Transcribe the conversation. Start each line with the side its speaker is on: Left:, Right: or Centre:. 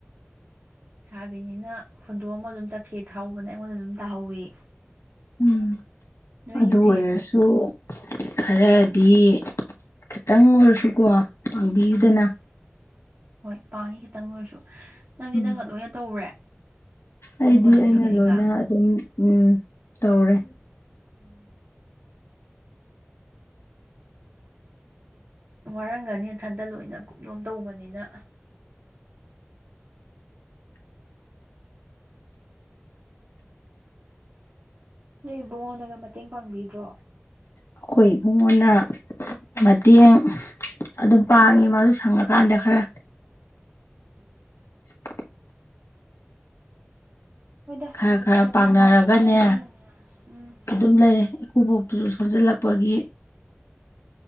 Right: ꯂꯩꯥꯁꯥꯕꯤꯅꯤꯅ ꯍꯨꯟꯗꯣꯛꯑꯃ ꯑꯗꯨꯝ ꯆꯠꯈꯤ ꯊꯧꯕꯅ ꯑꯩꯉꯣꯟꯗ ꯑꯗꯨꯝ ꯇꯥꯍꯧꯋꯤ
Left: ꯎꯝ
Right: ꯅꯣꯏꯒꯤꯗꯤ
Left: ꯑꯗꯨ ꯑꯣꯏꯔꯁꯨ ꯈꯔꯗꯤ ꯈꯥꯇꯪ ꯑꯣꯏꯔꯁꯨꯀꯣ ꯄꯥꯡꯕꯤꯗꯅ
Right: ꯎꯝ ꯍꯣꯏ ꯄꯥꯡꯉꯤ ꯈꯤꯇꯪ ꯑꯣꯏꯔꯁꯨ ꯅꯪꯗꯤ
Left: ꯎꯝ
Right: ꯅꯪꯅ ꯂꯣꯏꯅ ꯇꯧꯔꯦ
Left: ꯑꯩꯗꯤ
Right: ꯏꯃꯨꯡ ꯃꯅꯨꯡ
Left: ꯑꯩꯅ
Right: ꯊꯕꯛ ꯏꯪꯈꯥꯡ
Left: ꯂꯣꯏꯅ ꯑꯗꯨꯝ ꯎꯝ ꯇꯧꯔꯦ
Right: ꯎꯝ ꯋꯥꯔꯝꯒꯅꯤ ꯅꯊꯟꯇ ꯂꯣꯏꯅ ꯀꯨꯞꯅꯣꯝ ꯇꯧꯕꯅꯤꯅ ꯅꯣꯏ ꯏꯕꯨꯡꯉꯣꯅꯒ ꯃꯇꯦꯡ ꯄꯥꯡꯕꯤꯗ꯭ꯔꯣ
Left: ꯑꯩꯈꯣꯏ ꯏꯕꯨꯡꯉꯣꯅ ꯃꯇꯦꯡ ꯑꯗꯨꯝ ꯄꯥꯡꯉꯤ ꯃꯥꯁꯨ ꯁꯪꯉꯀꯥꯟꯗ ꯈꯔ
Right: ꯎꯝ
Left: <inaudible>
Right: ꯍꯣꯏꯗ
Left: ꯈꯔ
Right: ꯑꯗꯨꯃꯥꯏꯅ
Left: ꯈꯔ ꯄꯥꯡꯅꯔꯒꯅꯦ
Right: ꯄꯥꯡꯊꯣꯛ ꯄꯥꯡꯁꯤꯟ ꯎꯝ
Left: ꯑꯗꯨꯝ ꯂꯩꯔꯦ ꯏꯀꯨꯕꯣꯛꯇꯨꯁꯨ ꯁꯣꯟꯖꯜꯂꯛꯄꯒꯤ